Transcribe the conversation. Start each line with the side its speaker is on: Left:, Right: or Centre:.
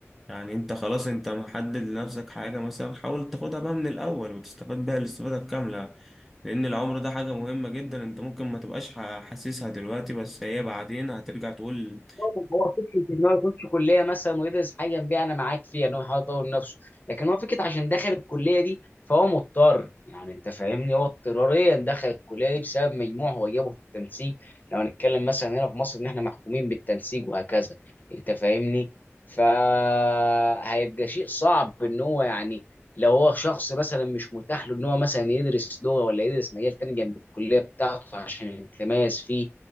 Centre: يعني انت خلاص انت محدد لنفسك حاجة مثلا حاول تاخدها بقى من الأول وتستفاد بيها الاستفادة الكاملة لأن العمر ده حاجة مهمة جدا انت ممكن ما تبقاش ح- حاسسها دلوقتي بس هي بعدين هترجع تقول
Left: هو هو فكرة إن هو يخش كلية مثلا ويدرس حاجة بيها أنا معاك فيها إن هو يحاول يطور نفسه، لكن هو فكرة عشان دخل الكلية دي فهو مضطر، يعني أنت فاهمني هو اضطراريا دخل الكلية دي بسبب مجموع هو جابه في التنسيق، لو هنتكلم مثلا هنا في مصر إن إحنا محكومين بالتنسيق وهكذا، أنت فاهمني؟ فهيبقى شيء صعب إن هو يعني لو هو شخص مثلا مش متاح له إن هو مثلا يدرس لغة ولا يدرس مجال تاني جنب الكلية بتاعته عشان يتميز فيه